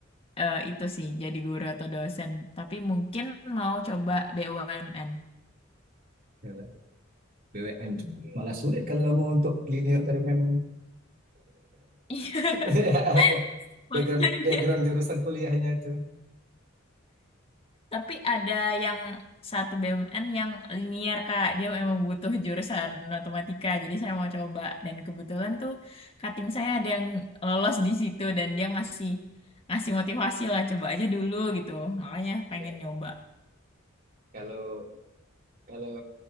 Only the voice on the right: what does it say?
Ah, BWN tuh malah sulit kalau kamu untuk linear dengan
<laughs>
background
background jurusan kuliahnya itu.
Ya,
kalau kalau